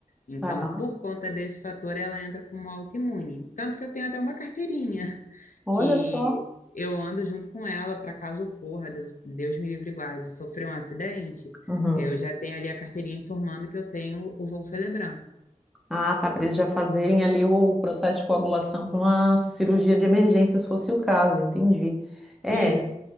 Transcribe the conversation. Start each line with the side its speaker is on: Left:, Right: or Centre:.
Left: Então,
Centre: Tá.
Left: por conta desse fator, ela entra como autoimune. Tanto que eu tenho até uma carteirinha.
Centre: Olha
Left: que
Centre: só.
Left: eu ando junto com ela para caso ocorra, Deus, Deus me livre e guarde, sofreu um acidente,
Centre: Uhum.
Left: eu já tenho ali a carteirinha informando que eu tenho o voo Felebran.
Centre: Ah, tá. Para eles já fazerem ali o processo de coagulação para uma cirurgia de emergência, se fosse o caso, entendi. É,
Left: Isso.